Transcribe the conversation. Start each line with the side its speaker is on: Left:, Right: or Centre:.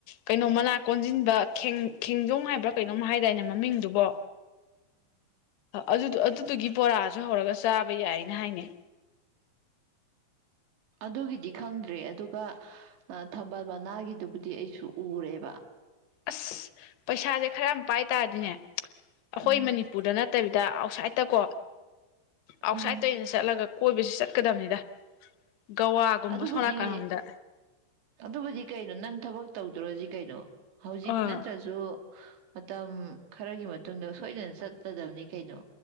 Left: ꯀꯩꯅꯣ ꯃꯅꯥ ꯀꯣꯟꯁꯤꯟꯕ ꯈꯦꯡꯖꯣꯝ ꯍꯥꯏꯕ꯭ꯔꯥ ꯀꯩꯅꯣꯝ ꯍꯥꯏꯗꯥꯏꯅꯦ ꯃꯃꯤꯡꯗꯨꯕꯣ ꯑꯗꯨ ꯑꯗꯨꯗꯨꯒꯤ ꯕꯣꯔꯥꯁꯨ ꯍꯧꯔꯒ ꯆꯥꯕ ꯌꯥꯏꯅ ꯍꯥꯏꯅꯩ
Right: ꯑꯗꯨꯒꯤꯗꯤ ꯈꯪꯗ꯭ꯔꯦ ꯑꯗꯨꯒ ꯊꯝꯕꯥꯜ ꯃꯅꯥꯒꯤꯗꯨꯕꯨꯗꯤ ꯑꯩꯁꯨ ꯎꯔꯦꯕ
Left: ꯑꯁ ꯄꯩꯁꯥꯁꯦ ꯈꯔ ꯑꯃ ꯄꯥꯏ ꯇꯥꯔꯗꯤꯅꯦ ꯑꯩꯈꯣꯏ
Right: ꯎꯝ
Left: ꯃꯅꯤꯄꯨꯔꯗ ꯅꯠꯇ ꯐꯠꯇꯕꯤꯗ ꯑꯥꯎꯠꯁꯥꯏꯠꯇꯀꯣ ꯑꯥꯎꯠ
Right: ꯎꯝ
Left: ꯁꯥꯏꯠ ꯇꯩꯅ ꯆꯠꯂꯒ ꯀꯣꯏꯕꯕꯁꯤ ꯆꯠꯀꯗꯕꯅꯤꯗ ꯒꯋꯥꯒꯨꯝꯕ
Right: ꯑꯗꯨꯕꯨꯗꯤ
Left: ꯁꯣꯝ ꯅꯥꯀꯜꯂꯣꯝꯗ
Right: ꯑꯗꯨꯕꯨꯗꯤ ꯀꯩꯅꯣ ꯅꯪ ꯊꯕꯛ ꯇꯧꯗ꯭ꯔꯣꯖꯤꯛ ꯀꯩꯅꯣ ꯍꯧꯖꯤꯛ
Left: ꯑꯥ
Right: ꯅꯠꯇ꯭ꯔꯁꯨ ꯃꯇꯝ ꯈꯔꯒꯤ ꯃꯇꯨꯡꯗ ꯁꯣꯏꯗꯅ ꯆꯠꯀꯗꯕꯅꯤ ꯀꯩꯅꯣ